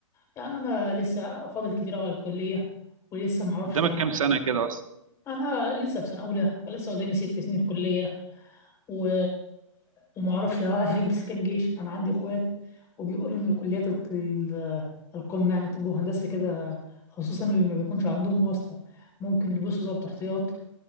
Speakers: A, on the left; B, on the right.
A: يعني انا لسه فاضل كتير قوي على الكليه ولسه ما اعرفش
B: قدامك كام سنة كده اصلا
A: انا لسه في سنه اولى فلسه قدامي ست سنين كليه و... وما اعرفش آه، هلبس كام جيش انا عندي اخوات وبيقولوا ان الكليات الق- ال- القمه يعني طب وهندسه كده خصوصا اللي ما بيكونش عندهم واسطه ممكن يلبسوا ضابط احتياط